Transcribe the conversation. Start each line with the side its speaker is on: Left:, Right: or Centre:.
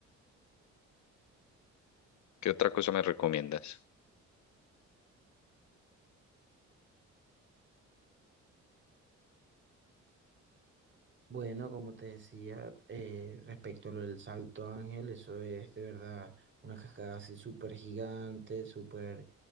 Left: ¿Qué otra cosa me recomiendas?
Right: Bueno, como te decía, eh, respecto a lo del Salto Ángel, eso es de verdad una cascada así súper gigante, súper